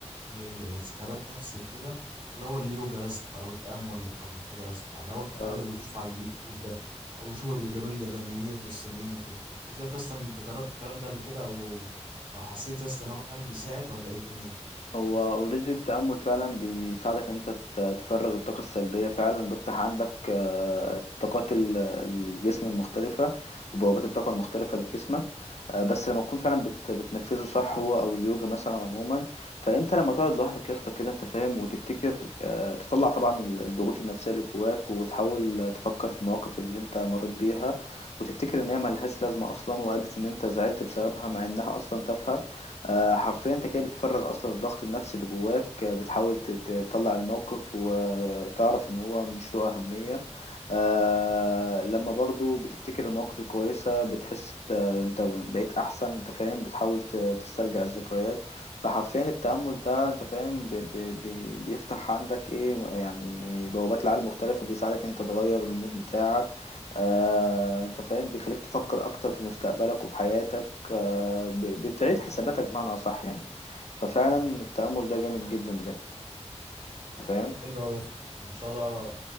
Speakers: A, on the right; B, on the left.
A: وثبات نفسي وكده اللي هو اليوجا يا اسطى او التامل او كده يا اسطى يعني هو الكلام
B: فاهم
A: اللي كنت بشوفه على اليوتيوب ده او بشوفه اللي بيعملوا اليابانيين والصينيين وكده انت شايف يا اسطى ان انت جربت الكلام ده قبل كده او او حسيت يا اسطى ان هو فعلا بيساعد ولا ايه الدنيا؟
B: هو اوريدي التأمل فعلا بيساعدك ان انت ت- تفرغ الطاقة السلبية فعلا بيفتح عندك آه، طاقات ال- الجسم المختلفة وبوابات الطاقة المختلفة اللي في جسمك آه، بس لما تكون فعلا بت- بتنفذه صح هو او اليوجا مثلا عموما فانت لما تقعد لوحدك يا اسطى كده انت فاهم وتفتكر آه، تطلع طبعا ال- الضغوط النفسية اللي جواك وتحاول تفكر في المواقف اللي انت مريت بيها وتفتكر ان هي ملهاش لازمة اصلا وادت ان انت زعلت بسببها مع انها اصلا تافهة آه، حرفيا انت كده بتفرغ اصلا الضغط النفسي اللي جواك آه، بتحاول تت- تطلع الموقف وتعرف ان هو مش له اهمية آه لما برضو بتفتكر المواقف الكويسة بتحس بت... انت بقيت احسن انت فاهم بتحاول ت... تسترجع الذكريات فحرفيا التأمل ده انت فاهم ب... ب... ب... بيفتح عندك ايه يعني بوابات لعالم مختلفة بيساعدك انت تغير المود بتاعك آه انت فاهم بيخليك تفكر اكتر في مستقبلك وفي حياتك آه، ب- بتعيد حساباتك بمعنى أصح يعني ففعلا التأمل ده جامد
A: طب
B: جدا بجد أنت فاهم
A: طب حلو قوي يا اسطى ان شاء الله